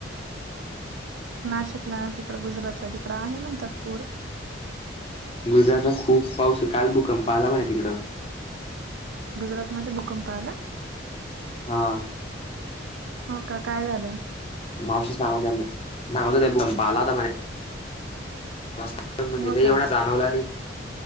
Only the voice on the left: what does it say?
गुजरातला खूप पाऊस आहे. काल भूकंप आला म्हणे तिकडं.
हा.
मावशी सांगत होती, <unintelligible> सांगत होत्या भुकंप आला होता म्हणे. त्रास तर म्हणजे
काही
एवढा जाणवला नाही,